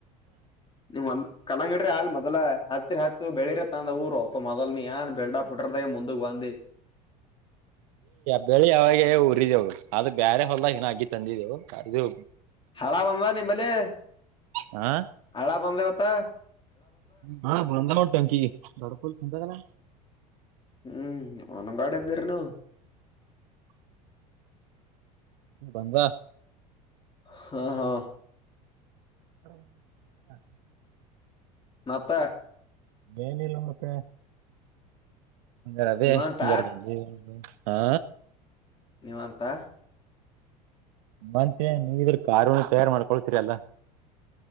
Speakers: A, on the left; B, on the right.
A: ನೀವ ಮೊದ್ ಕಲಂಗಡಿ್ರ ಅಲ್ ಮೊದಲ ಹಚ ಹಚ್ಚ ಬೆಳಿರತ್ತ ಅಂದ ಊರುಪ್ಪ ಮೊದಲ್ನ ನೀ ಯ ಎಲ್ಲ ಪೆಟ್ರೋಲ್ ದಾಗ ಮುಂದ ವಾಂದಿ
B: ಬೆಳೆ ಯಾವಾಗ ಊರಿದವು ಅದು ಬ್ಯಾರೆ ಹೊಲ್ದಾಗ ನ ಅಗಿ ತಂದಿದ್ದವು ಅದು
A: ಹಳ್ಳ ಬಂದ್ವಾ ನಿಮಲ್ಲಿ
B: ಹಾ
A: ಹಳ್ಳ ಬಂದ್ವತ್ತ.
B: ಹಾ ಬಂದ ನಟಂಕಿ ದೊಡ್ಡ ಫುಲ್ ತುಂಬೇದ.
A: ಹ್ಮ್ ಅವನುಂಗಾಡ ಇದ್ದಿರನು
B: <inaudible> ಬಂದ
A: ಹಾ ಹಾ
B: ಹ ಹ
A: ಮತ್ತ
B: ಎನಿಲ್ಲ ಮತ್ತೆ ರ ಅದೇ
A: ನೀವಂತ
B: ಜರ್ಗ ಹಾ
A: ನೀವ ಅಂತಾ
B: ಮತ್ತೆ ನೀವ ಇದ್ರ ಕಾರನು ತಯಾರ್ ಮಾಡ್ಕೊಳ್ತೀರಿ ಅಲ್ಲ